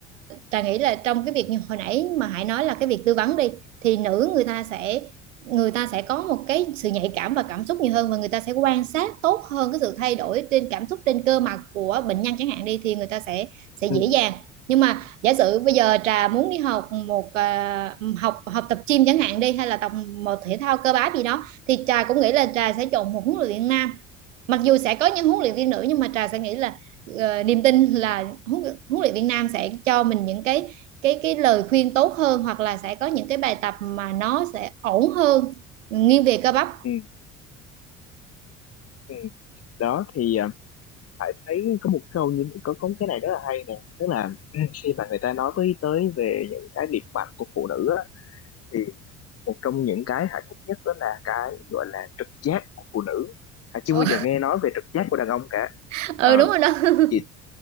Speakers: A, on the right (about 75°); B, on the left (about 40°).
A: Trà nghĩ là trong cái việc như hồi nãy mà Hải nói là cái việc tư vấn đi thì nữ người ta sẽ người ta sẽ có một cái sự nhạy cảm và cảm xúc nhiều hơn và người ta sẽ quan sát tốt hơn cái sự thay đổi trên cảm xúc trên cơ mặt của bệnh nhân chẳng hạn đi thì người ta sẽ sẽ dễ
B: ừ,
A: dàng nhưng mà giả sử bây giờ Trà muốn đi học một à, học học tập gym chẳng hạn đi hay là tập một thể thao cơ bắp gì đó thì Trà cũng nghĩ là Trà sẽ chọn một huấn luyện viên nam mặc dù sẽ có những huấn luyện viên nữ nhưng mà Trà sẽ nghĩ là ờ, niềm tin là huấn, huấn luyện viên nam sẽ cho mình những cái cái cái lời khuyên tốt hơn hoặc là sẽ có những cái bài tập mà nó sẽ ổn hơn nghiêng về cơ bắp
B: ừ, ừ. đó thì à, Hải thấy có một câu như có có cái này rất là hay nè tức là <clears throat> khi mà người ta nói tới tới về những cái điểm mạnh của phụ nữ á, thì một trong những cái hạnh phúc nhất đó là cái gọi là trực giác của phụ nữ à, chưa
A: ừ,
B: bao giờ nghe nói về trực giác của đàn ông cả
A: <laughs> ừ
B: ờ
A: đúng rồi đó
B: thì
A: <laughs>